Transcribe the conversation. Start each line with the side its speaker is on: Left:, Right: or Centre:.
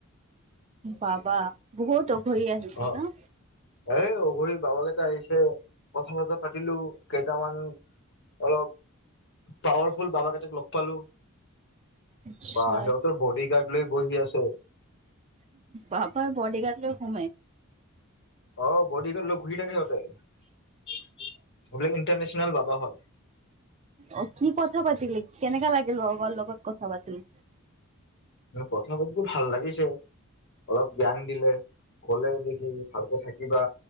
Right: বাবা বহুত অঘৰি আহিছে
Left: অ'
Right: ন
Left: এই অঘৰি বাবাকেইটা আহিছে কথা পতা পাতিলো কেইটামান অলপ পাৱাৰফুল বাবা কেইটাক লগ পালো
Right: আচ্ছা
Left: বা সিহঁতৰ বডি গাৰ্ড লৈ বহি আছে
Right: বাপা বডিগাৰ্ড ল ঘুমে
Left: আহ বডিগাৰ্ড ল ঘূৰি থাকে সিহঁতে বলোক ইণ্টাৰনেশনল বাবা হয়
Right: অ', কি কথা পাতিল কেনেকা লাগিল বাৰ লগত কথা পাতিল
Left: কথা পাতিটো ভাল লাগিছে অলপ জ্ঞান দিলে কলে যে কি ভালকে থাকিবা